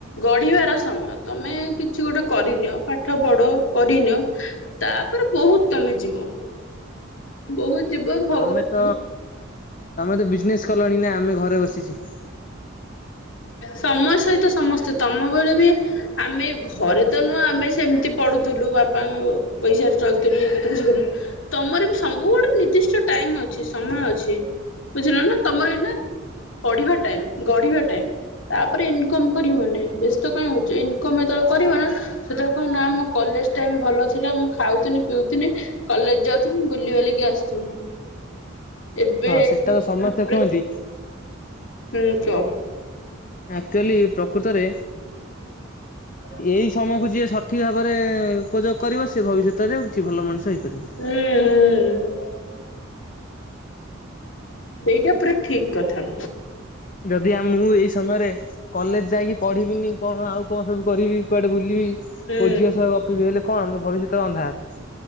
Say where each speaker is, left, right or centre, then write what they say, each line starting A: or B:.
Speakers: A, on the left; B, on the left.
A: ଗଢିବାର ସମୟ ତମେ କିଛି ଗୋଟେ କରିନିଅ ପାଠ ପଢ କରିନିଅ। ତାପରେ ବହୁତ ତମେ ଯିବ। ବହୁତ ଯିବ ଭଗବା
B: ତମେ ତ ତମେ ତ ବିଜନେସ କଲଣି ନା ଆମେ ଘରେ ବସିଚୁ।
A: ସମୟ ସହିତ ସମସ୍ତେ ତମ ବଳେ ବି ଆମେ ଘରେ ତ ନୁହଁ ଆମେ ସେମିତି ପଢୁଥିଲୁ ବାପାଙ୍କ ପଇସାରେ ଚଳୁଥିଲୁ ଇଏ କରଥିଲୁ ସିଏ କରଥିଲୁ। ତମରି ବି ସବୁ ଗୋଟେ ନିର୍ଦ୍ଦିଷ୍ଟ ଟାଇମ ଅଛି ସମୟ ଅଛି। ବୁଝିଲ ନା ତମର ଏଇନା ପଢିବା ଟାଇମ ଗଢିବା ଟାଇମ। ତାପରେ ଇନକମ କରିବ ନାଇ ବ୍ୟସ୍ତ କାଇଁ ହଉଛ ଇନକମ ଯେତେବେଳେ କରିବ ନା ସେତେବେଳେ କହିଅ ନା ମୋ କଲେଜ ଟାଇମ ଭଲ ଥିଲା ମୁଁ ଖାଉଥିନି ପିଉଥିନି। କଲେଜ ଯାଉଥିଲି ବୁଲି ବାଲିକି ଆସୁଥିଲି ଏବେ
B: ହଁ ସେଟା
A: <unintelligible>
B: ତ ସମସ୍ତେ କୁହନ୍ତି
A: ହୁଁ କୁଅ।
B: ଆକ୍ଚୁଆଲି ପ୍ରକୃତରେ
A: <unintelligible>
B: ଏଇ ସମୟକୁ ଯିଏ ସଠିକ ଭାବରେ ଉପଯୋଗ କରିବ ସେ ଭବିଷ୍ୟତରେ ଆଉ କିଛି ଭଲ ମଣିଷ ହେଇପାରିବ।
A: ହୁଁ। ହୁଁ। ସେଇଟା ପୁରା ଠିକ୍ କଥା।
B: ଯଦି ଆ ମୁଁ ଏଇ ସମୟରେ କଲେଜ ଯାଇକି ପଢିବିନି କଣ ଆଉ କଣ ସବୁ କରିବି କୁଆଡେ ବୁଲିବି।
A: ହୁଁ
B: କୋଉ ଝିଅ ସହ ଗପିବି ହେଲେ କଣ ଭବିଷ୍ୟତ ଅନ୍ଧାର।